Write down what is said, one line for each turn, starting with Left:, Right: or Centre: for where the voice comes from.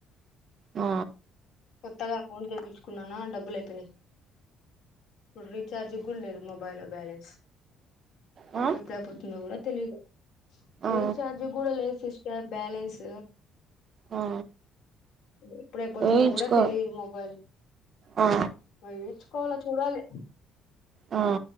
Right: ఆ
Left: కొత్తగా అకౌంట్ చేపించుకున్నానా డబ్బులు అయిపోయినాయి ఇప్పుడు రీచార్జ్ కూడా లేదు మొబైల్లో బ్యాలెన్స్
Right: ఆ
Left: ఎప్పుడైయిపోతుందో కూడా తెలీదు
Right: ఆ
Left: రీచార్జ్ కూడా లేసిస్ యువర్ బ్యాలెన్స్
Right: ఆ
Left: ఎప్పుడైపోతుందో
Right: వేయించుకో
Left: కూడా తెలిదు మొబైల్
Right: ఆ
Left: మళ్లీ తెచ్చుకోవల్ చూడాలి
Right: ఆ